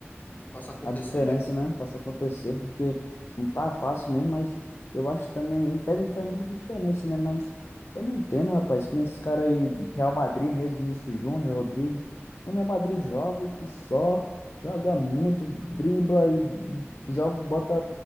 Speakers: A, on the left; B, on the left.
A: faça acontecer,
B: a diferença,
A: né?
B: né? Faça acontecer, porque não tá fácil mesmo, mas eu acho também, um técnico faz muita diferença, né? Mas eu não entendo, rapaz, que nem esses caras aí, Real Madrid mesmo, Vinícius Júnior, Rodrigo, o Real Madrid joga que só, joga muito, dribla e joga, bota